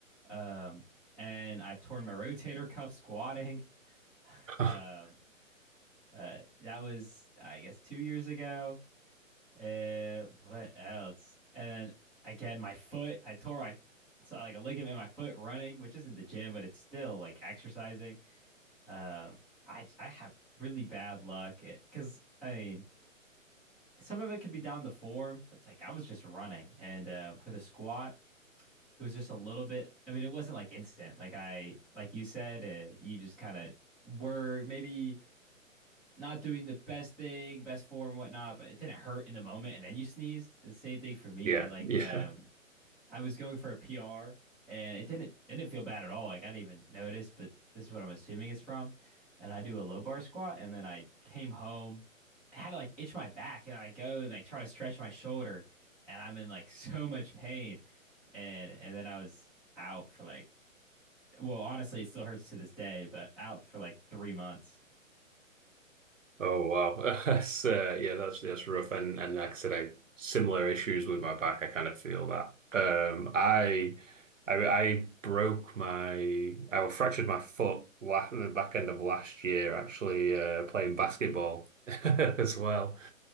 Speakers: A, in the centre; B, on the right.
A: Um, and I've torn my rotator cuff squatting.
B: <laughs>
A: Um, uh, that was, I guess, two years ago. Uh, what else? And then again, my foot. I tore my so like a ligament in my foot running, which isn't the gym, but it's still like exercising. Um, I I have really bad luck because I mean, some of it could be down to form, but it's like I was just running, and uh, for the squat, it was just a little bit. I mean, it wasn't like instant. Like I, like you said, uh, you just kind of were maybe not doing the best thing, best form, and whatnot, but it didn't hurt in the moment. And then you sneezed. The same thing for me.
B: Yeah,
A: I like
B: yeah.
A: um I was going for a PR and it didn't it didn't feel bad at all. Like I didn't even notice, but this is what I'm assuming it's from. And I do a low bar squat and then I came home. I had to like itch my back and I go and like try to stretch my shoulder and I'm in like <laughs> so much pain. And and then I was out for like well, honestly, it still hurts to this day, but out for like three months.
B: Oh wow, <laughs> that's uh, yeah, that's that's rough. And and like I said, I similar issues with my back. I kind of feel that. Um, I, I I broke my, I fractured my foot la the back end of last year, actually uh, playing basketball <laughs> as well,